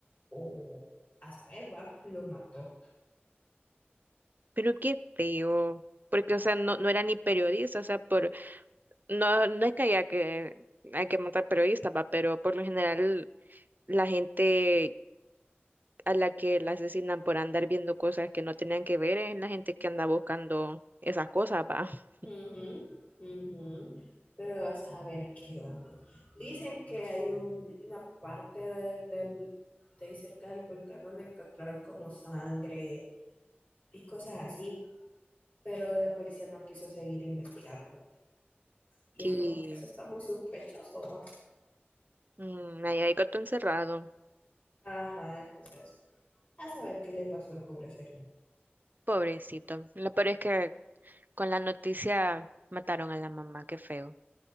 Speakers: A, on the left; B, on the right.
A: o a saber, va, lo mató.
B: pero qué feo. Porque, o sea, no, no era ni periodista, o sea, por, no, no es que haya que, hay que matar periodistas, va, pero por lo general la gente a la que la asesinan por andar viendo cosas que no tenían que ver es la gente que anda buscando esas cosas, va. <laughs>
A: Ujú, ujú. Pero a saber qué onda. Dicen que hay un- una parte de, del, de ahí cerca del volcán donde encontraron como sangre y cosas así, pero la policía no quiso seguir investigando. Y
B: Que
A: es como que eso está muy sospechoso, ¿va?
B: mm, ahí hay gato encerrado,
A: Ajá, entonces, a saber qué le pasó al pobre señor.
B: pobrecito. Lo peor es que con la noticia mataron a la mamá, qué feo.